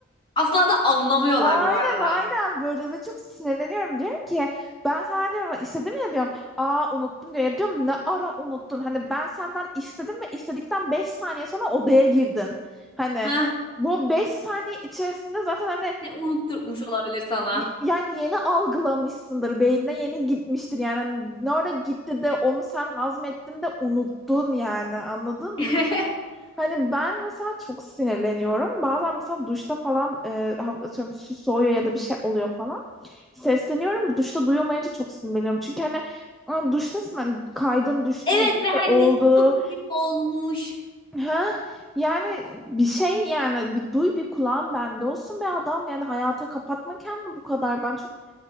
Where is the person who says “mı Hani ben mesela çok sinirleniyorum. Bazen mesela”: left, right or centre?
Centre